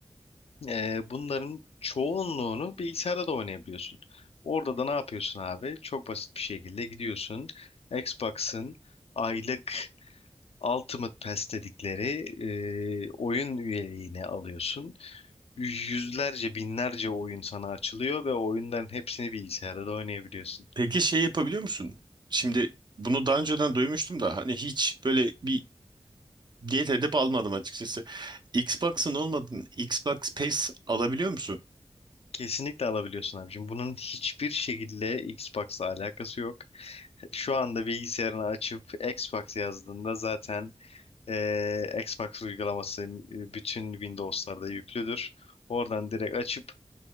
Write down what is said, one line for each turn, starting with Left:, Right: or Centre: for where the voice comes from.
Left: Ee, bunların çoğunluğunu bilgisayarda da oynayabiliyorsun. Orada da ne yapıyorsun abi? Çok basit bir şekilde gidiyorsun. Xbox'ın aylık Ultimate Pass dedikleri e, oyun üyeliğini alıyorsun. Yüzlerce, binlerce oyun sana açılıyor ve oyunların hepsini bilgisayarda da oynayabiliyorsun.
Right: Peki şey yapabiliyor musun? Şimdi bunu daha önceden duymuştum da hani hiç böyle bir diyet edip almadım açıkçası. Xbox'ın olmadığını Xbox Pass alabiliyor musun?
Left: Kesinlikle alabiliyorsun abicim. Bunun hiçbir şekilde Xbox'la alakası yok. Şu anda bilgisayarını açıp Xbox yazdığında zaten Ee, Xbox uygulaması e, bütün Windows'larda yüklüdür. Oradan direkt açıp